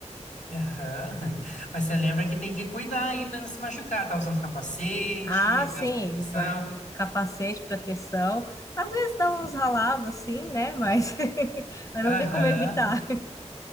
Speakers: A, on the left; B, on the left.
A: Aham. <laughs> Mas você lembra que tem que cuidar aí pra não se machucar, tá usando capacete,
B: <laughs> Ah,
A: aquelas
B: sim,
A: proteção.
B: vai capacete, proteção. Às vezes dá uns ralados assim, né? Mas, <laughs> mas
A: Aham.
B: não tem como evitar.